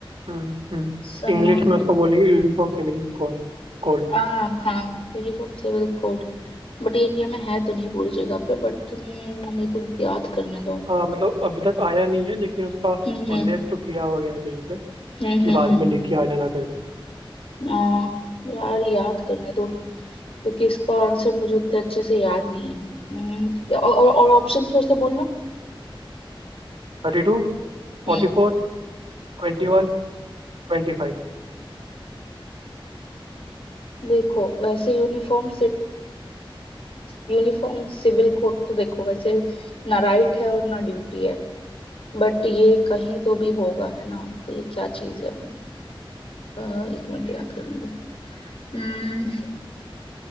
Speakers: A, on the right (about 70°); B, on the left (about 85°).
A: हम्म हम्म
B: सामान्य
A: इंग्लिश में उसको बोलेंगे यूनिफॉर्म सिविल कोड कोड
B: हाँ हाँ यूनिफॉर्म सिविल कोड बट ये इंडिया में है तो नहीं पूरी जगह पे बट तुम मेरे को याद करने दो
A: हाँ मतलब अभी तक आया नहीं है लेकिन उसका
B: हम्म हम्म
A: उल्लेख तो किया हुआ गया है कहीं पर
B: हम्म
A: कि
B: हम्म
A: बाद
B: हम्म।
A: में लेके आ जाना करके
B: आ, यार याद करने दो क्योंकि इसका आंसर मुझे उतने अच्छे से याद नहीं है हम्म, और और ऑप्शंस फिर से बोलना
A: थर्टी टू फोर्टी
B: हम्म
A: फोर ट्वेंटी वन Twenty five
B: देखो वैसे यूनिफॉर्म यूनिफॉर्म सिविल कोड तो देखो वैसे ना राइट है और ना ड्यूटी है बट ये कहीं तो भी होगा है ना तो ये क्या चीज है अ, एक मिनट याद करने दो हम्म,